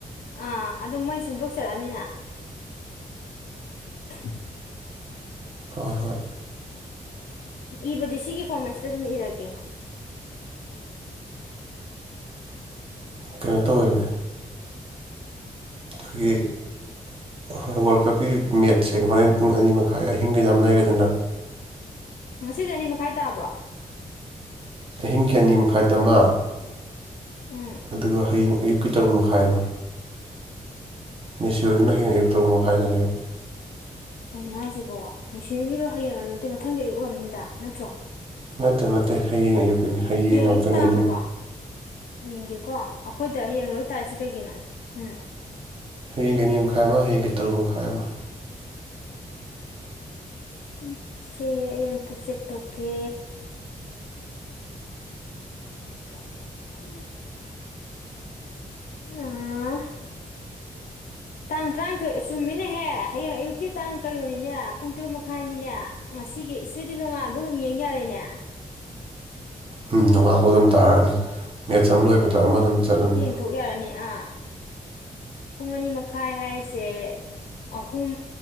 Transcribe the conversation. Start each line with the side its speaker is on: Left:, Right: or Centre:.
Left: ꯑꯥ ꯑꯗꯨꯣ ꯃꯣꯏꯅ ꯁꯦꯝꯗꯣꯛꯆꯔꯛꯑꯅꯤꯅ ꯎ
Right: ꯍꯣꯏ ꯍꯣꯏ
Left: ꯏꯕꯗꯤ ꯁꯤꯒꯤ ꯐꯣꯔꯃꯦꯠꯁꯤꯗ ꯑꯗꯨꯝ ꯏꯔꯒꯦ
Right: ꯀꯩꯅꯣ ꯇꯧꯋꯅꯦ ꯑꯩꯈꯣꯏꯒꯤ ꯍꯣꯏ ꯋꯥꯔꯜ ꯀꯞꯀꯤ ꯃꯦꯠꯁꯦ ꯍꯣꯔꯦꯟ ꯄꯨꯡ ꯑꯅꯤ ꯃꯈꯥꯏ ꯑꯍꯤꯡꯒꯤ ꯌꯥꯝꯝ ꯂꯩꯔꯦꯗꯅ
Left: ꯉꯁꯤ ꯆꯅꯤ ꯃꯈꯥꯏ ꯇꯥꯕ꯭ꯔꯣ
Right: ꯑꯍꯤꯡ ꯀꯌꯥꯅꯤ ꯃꯈꯥꯏꯗꯃꯥ
Left: ꯎꯝ
Right: ꯑꯗꯨꯒ ꯍꯌꯦꯡ ꯑꯌꯨꯛꯀꯤ ꯇꯔꯨꯛ ꯃꯈꯥꯏ ꯑꯃ ꯃꯦꯁꯤꯌꯣꯒꯤꯅ ꯍꯌꯦꯡ ꯑꯌꯨꯛꯛꯇꯔ ꯃꯣꯚ ꯍꯥꯏꯗꯅꯦꯕ
Left: ꯀꯩꯅꯣ ꯍꯥꯏꯁꯤꯕꯣ ꯁꯤꯡꯒꯤꯗꯣ ꯍꯌꯦꯡ ꯅꯠꯇꯦ ꯃꯊꯪꯒꯤ ꯑꯌꯨ ꯑꯣꯏꯔꯔꯕꯝꯅꯤꯗ ꯅꯠꯇ꯭ꯔꯣ
Right: ꯅꯠꯇꯦ ꯅꯠꯇꯦ ꯍꯌꯦꯡ ꯑꯌꯨꯛꯀꯤꯅꯤ ꯍꯌꯦꯡ ꯉꯥꯛꯇꯅꯤ
Left: ꯑꯌꯨꯛ ꯇꯥꯈ꯭ꯔꯕꯣ
Right: ꯑꯅꯤꯃꯛ
Left: ꯌꯦꯡꯒꯦꯀꯣ ꯑꯩꯈꯣꯏꯗ ꯍꯌꯦꯡ ꯂꯣꯏ ꯇꯥꯔꯤꯁꯤ ꯀꯩꯒꯤꯅꯣ ꯎꯝ
Right: ꯍꯌꯦꯡꯒꯤ ꯑꯅꯤ ꯃꯈꯥꯏ ꯑꯃ ꯍꯌꯦꯡꯒꯤ ꯇꯔꯨꯛ ꯃꯈꯥꯏ ꯑꯃ
Left: ꯑꯣ ꯀꯦ ꯑꯦꯇ ꯆ ꯇꯧꯀꯦ ꯎꯝ ꯎꯝ ꯇꯥꯡ ꯇꯔꯥꯅꯤꯊꯣꯏ ꯑ ꯆꯨꯝꯃꯤꯅꯦꯍꯦ ꯍꯌꯦꯡ ꯑꯌꯨꯛꯀꯤ ꯇꯥꯡ ꯀꯩꯅꯣꯅꯤꯅꯦ ꯄꯨꯡ ꯇꯔꯨꯛ ꯃꯈꯥꯏꯅꯤꯅꯦ ꯉꯁꯤꯒꯤ ꯏꯁꯇꯗꯤ ꯅꯣꯡꯉꯥꯟꯕ ꯑꯗꯨꯝ ꯌꯦꯡ ꯌꯥꯔꯦꯅꯦ
Right: ꯎ ꯅꯣꯡꯉꯥꯜꯐꯥꯎ ꯑꯗꯨꯝ ꯇꯥꯔꯛꯑꯅꯤ ꯃꯦꯠꯆ ꯑꯃ ꯂꯣꯏꯕꯗ ꯑꯃ ꯑꯗꯨꯝ ꯆꯠꯂꯅꯤ
Left: ꯄꯨꯊꯣꯛ ꯌꯥꯔꯅꯤ ꯑꯥ ꯄꯨꯡ ꯑꯅꯤ ꯃꯈꯥꯏ ꯍꯥꯏꯔꯤꯁꯦ ꯑꯍꯨꯝ